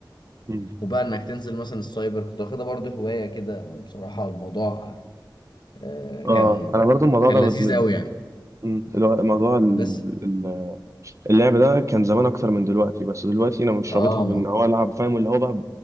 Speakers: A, on the right; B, on the left.
A: مم.
B: وبقى انك تنزل مثلا السايبر كنت واخدها برضه هواية كده بصراحة الموضوع آه،
A: اه
B: كان
A: انا برضو الموضوع
B: كان
A: ده
B: لذيذ
A: بت- بت-
B: قوي يعني
A: مم. الو- موضوع ال-
B: بس
A: ال- اللعب ده كان زمان اكتر من دلوقتي بس دلوقتي انا مش
B: اه
A: رابطها بان هو العب فاهم اللي هو بقى